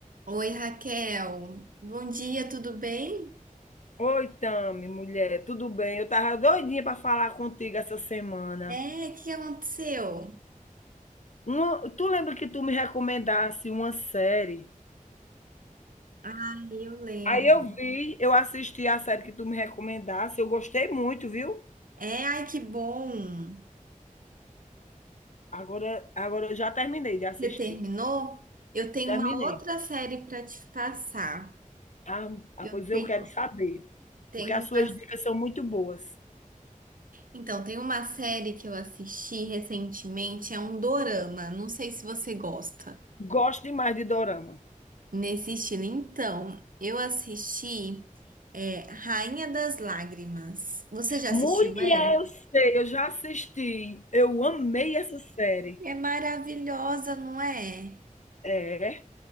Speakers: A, on the right (about 75°); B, on the left (about 60°).
A: Oi, Raquel. Bom dia, tudo bem?
B: Oi, Tami, mulher, tudo bem? Eu tava doidinha para falar contigo essa semana.
A: É, o que aconteceu?
B: Uma- tu lembra que tu me recomendasse uma série?
A: Ai, Eu lembro.
B: Aí eu vi, eu assisti a série que tu me recomendasse, eu gostei muito, viu?
A: É, ai, que bom.
B: Agora, agora eu já terminei de assistir.
A: Você terminou? Eu tenho
B: Terminei.
A: uma outra série para te passar.
B: Ah, ah,
A: Eu
B: pois
A: tenho,
B: eu quero saber,
A: tenho
B: porque as
A: uma...
B: suas dicas são muito boas.
A: Então, tem uma série que eu assisti recentemente, é um dorama. Não sei se você gosta.
B: Gosto demais de dorama.
A: Nesse estilo. Então, eu assisti é, Rainha das Lágrimas. Você já
B: Mulher,
A: assistiu, essa?
B: eu sei, eu já assisti. Eu amei essa série.
A: É maravilhosa, não é?
B: É.